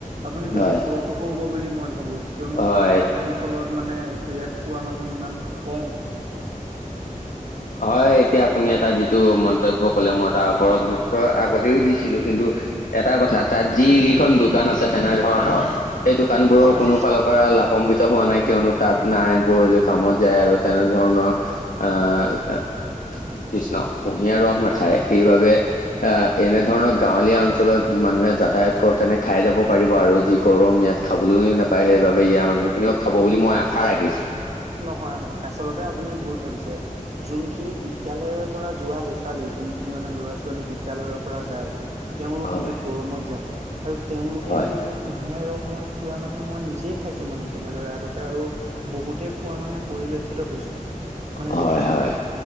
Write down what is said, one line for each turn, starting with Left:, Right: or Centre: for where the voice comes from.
Right: আপুনি বেছি
Left: হয়
Right: ফলপ্ৰসু হ'ব বুলি মই ভাবোঁ। কিয়নো
Left: হয়।
Right: গাঁৱে এখন অঞ্চলত মানে, সেইয়া খোৱা মানুহ ইমান কম।
Left: হয়, এতিয়া আপুনি এটা যিটো মন্তব্য কলে, মই তাৰ ওপৰত গুৰু আগতেও দিছিলো। কিন্তু এটা কথা তাত যিকেইখন দোকান আছে, তেনেধৰণৰ এই দোকানবোৰৰ
Right: হয়
Left: কোনো ফালৰ পৰা লাভান্বিত হোৱা নাই। কিয়নো তাত নাৰায়ণপুৰ যি কামত যায় আৰু তেনে ধৰণৰ আহ,
Right: উম।
Left: কৃষ্ণ, কুঁহিয়াৰ ৰস নাখায়। সেইবাবে আহ এনেধৰণৰ গাঁৱলীয়া অঞ্চলত মানুহে যাতায়াত কৰোতেনে খাই যাব পাৰিব আৰু যি গৰম ইয়াত খাবলৈও নাপায় সেইবাবে ইয়াৰ মানুহ খিনিও খাব বুলি মই আশা ৰাখিছো
Right: নহয় নহয় আচলতে আপুনি ভুল ভাবিছে যোনখিনি বিদ্যালয়ৰ পৰা যোৱা ল' ছোৱালী যোনখিনি মানে ল'ৰা ছোৱালী বিদ্যালয়ৰ পৰা যায় তেওঁলোক
Left: হয়
Right: বহুত গৰমত যায় আৰু তেওঁলোকে
Left: হয়
Right: গৈ সেই কুহিয়া ৰস মই খোৱা মানে মই নিজে খাইছো মানে তেনেদৰে আগতে আৰু বহুত হে খোৱা মানে পৰিলক্ষিত হৈছো মানে
Left: হয়
Right: দেখিছো
Left: হয়
Right: মই